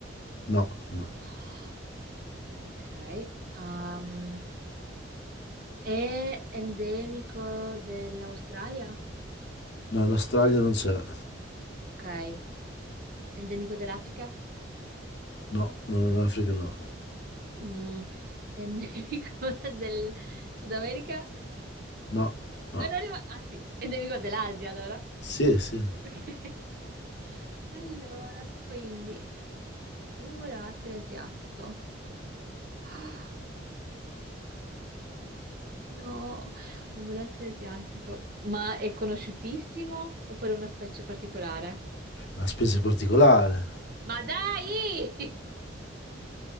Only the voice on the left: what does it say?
No, no.
No, in Australia non c'è.
No, no, in Africa no.
No, no.
Sì, sì.
una specie particolare.